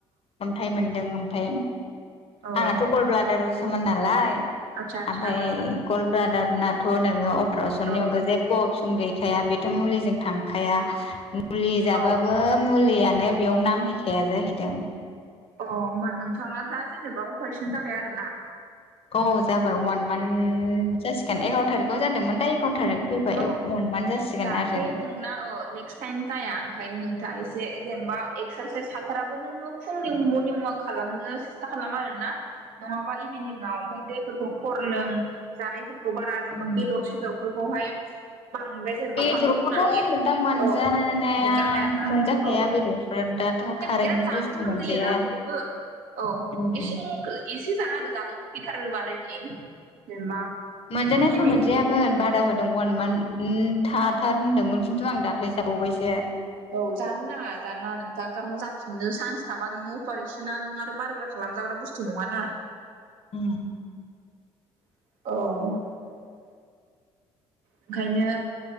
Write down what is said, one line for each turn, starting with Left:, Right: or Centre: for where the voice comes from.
Left: अन्थाइ मोनदों ओमफ्राय
Right: औ
Left: आंनाथ' अल ब्लादाराव सोसमान नालाय
Right: आतसा आतसा
Left: ओमफ्राय
Right: उम
Left: गल ब्रादार नाथ थ' नोङो अपारेसननि
Right: उम
Left: अनगा जेबो अपसन गैखाया बेथ' मुलिजों थांखाया मुलि जाबाबो
Right: औ औ
Left: मुलियानो बेयाव नांहैखाया जाहैदों
Right: अ होमा नोंथाङा दा जेनेबा अपारेसन जाबाय आरोना
Left: अ जाबाय अवान मान्थ जासिगोन एगार' थारिखाव जादोंमोन दा एगार' थारिख फैबाय
Right: औ
Left: वान मान्थ जासिगोन
Right: जाहाथे
Left: आरो
Right: नोंना औ नेक्स् टाइम जाया ओंखायनो नोंथाङ एसे ए जेनेबा एक्सारसाइस हाथाराबो नोङो फुंनि मर्निं अवाक खालामनो सेस्था खालामा आरोना नङाबा इभिनिंआव ओमफफ्राय दैफोरखौ खर लों जानाय फोरखौ बारा जेनेबा
Left: उम
Right: बेदर सेदरफोरखौहाय बांद्राय जेनेबा
Left: बेदरखौथ'
Right: हागौ होननानै
Left: दा मोनजानाया
Right: औ मोनजाखायाना
Left: मोनजाखाया
Right: औ
Left: बेदरफोर दाथ' खारैनि
Right: बिराद जानो
Left: बुस्थु
Right: लुगैयोना
Left: मोनजाया
Right: बयबो औ
Left: उम
Right: एसे एसे जा आरो जानो लुबै थारोबाआरोखि जेनेबा
Left: मोनजानायाथ'
Right: लिमिट
Left: मोनजायामोन बादा होद अवान मान्थ थाथार होनदोंमोन खिन्थु आं दाख्लै जाबावबायसो।
Right: औ जानो नाङा जानाङा नोंथां कारन जाफिननो सान्स थाबा नोङो अपारेसना नों आरो बार बारा खालाम खालामामजाग्रा बुस्थु नङा ना।
Left: उम
Right: औ। ओंखायनो